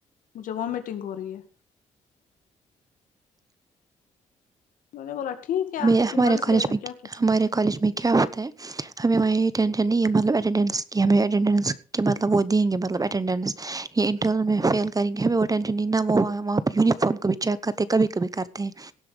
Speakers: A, on the left; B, on the right.
A: مجھے وامٹنگ ہو رہی ہے مینے بولا ٹھیک ہے آپ
B: میں ہمارے
A: کی مرضی
B: کالج
A: ہے
B: میں
A: کیا کہہ سکتی
B: ہمارے کالج میں کیا ہمیں وہاں یہ ٹینشن نہیں ہے مطلب اٹینڈنس کی ہمیں اٹینڈنس کہ مطلب وہ دیں گے مطلب اٹینڈنس یہ انٹرن میں فیل کریں گے ہمیں وہ ٹینشن نہیں نا وہاں وہاں پہ یونیفارم کبھی چیک کرتے ہیں کبھی کبھی کرتے ہیں